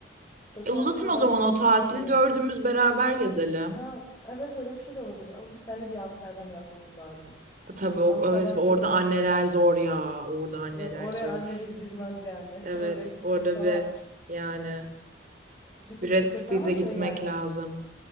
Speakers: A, on the left; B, on the right.
A: İşte sonrasında
B: E uzatın o
A: belki
B: zaman o
A: de
B: tatili,
A: sen de gelin.
B: dördümüz beraber gezelim.
A: Ha, evet öyle bir şey de olabilir ama biz seninle bir Amsterdam yapmamız lazım.
B: E, Tabii o,
A: Amsterdam
B: evet, orada
A: çok sarıyor
B: anneler
A: kanka.
B: zor ya. Orada anneler
A: Yok oraya
B: zor.
A: anneyle gidilmez yani.
B: Evet,
A: <laughs> Oraya siz
B: orada
A: falan.
B: bir
A: Cık,
B: yani
A: Bir tık
B: bir Red
A: sıkıntı
B: City'de
A: ama şey
B: gitmek
A: yani.
B: lazım.